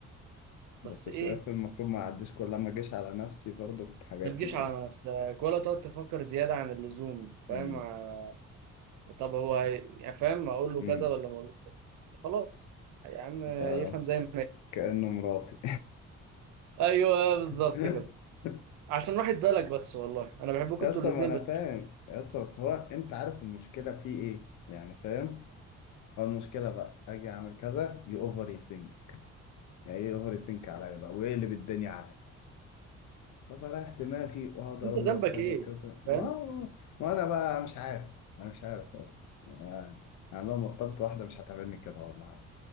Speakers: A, on the right (about 80°); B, on the left (about 75°).
A: بس
B: بس
A: ايه
B: شايف المفروض ما اعديش كل ما اجيش على نفسي برضه في حاجات
A: ما تجيش
B: كتير
A: على نفسك ولا تقعد تفكر زيادة عن اللزوم فاهم
B: امم
A: آه، طب هو هي... يعني فاهم أقول له
B: امم
A: كذا ولا ما أقولوش كذا؟ خلاص يا عم
B: ف-
A: يفهم زي ما يفهم.
B: كأنه مراتي
A: أيوه آه، بالظبط
B: <laughs>
A: كده عشان راحة بالك بس والله أنا بحبكم
B: يسا
A: أنتوا الاتنين
B: ما انا
A: بس
B: فاهم يسا بس هو انت عارف المشكله فيه ايه يعني فاهم هو المشكله بقى اجي اعمل كذا يو اوفر يسينك يعني ايه اوفر يسينك عليا بقى ويقلب الدنيا عليا فبريح دماغي واقعد اقول
A: أنت ذنبك
B: له في كذا
A: إيه
B: وكذا
A: فاهم
B: اه ما انا بقى مش عارف انا مش عارف اصلا آه، يعني لو مرتبط واحده مش هتعملني كده والله